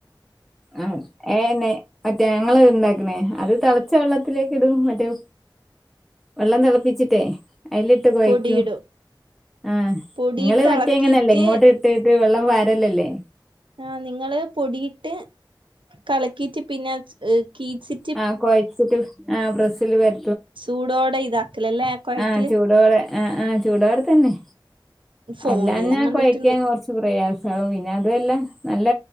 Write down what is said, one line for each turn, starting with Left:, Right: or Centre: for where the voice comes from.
Centre: ആ ഏ എന്നെ മറ്റേ ഞങ്ങത് ഇണ്ടാക്കണേ അത് തിളച്ച വെള്ളത്തിലേക്ക് ഇടും മറ്റേ വെള്ളം തിളപ്പിച്ചിട്ടേ അതിലിട്ട് കുഴക്കൂ
Right: പൊടിയിടും
Centre: ആഹ്
Right: പൊടിയിട്ട്
Centre: നിങ്ങള് മറ്റേ
Right: ഇളക്കിയിട്ട്
Centre: എങ്ങനെയല്ലേ ഇങ്ങോട്ട് ഇട്ടട്ട് വെള്ളം വാരല്ലല്ലേ
Right: ആഹ് നിങ്ങള് പൊടിയിട്ട് കലക്കീയിട്ട് പിന്നെ കീറ്റ്
Centre: ആഹ് കൊഴച്ചിട്ട് ആഹ് പ്രെസീൽ വര
Right: ചൂടോടെ ഇതാക്കലല്ലേ ക്കയക്കല്
Centre: ആ ചൂടോടെ ആ ആഹ് ചൂടവടെത്തന്നെ
Right: ഫോണിലെല്ലാം
Centre: അല്ലാന്നാ
Right: കണ്ടിട്ടുണ്ട്
Centre: കൊഴക്കൻ കുറച്ച് രു പ്ര്രയാസവുംവും പിന്നെ അതെല്ലാം നല്ല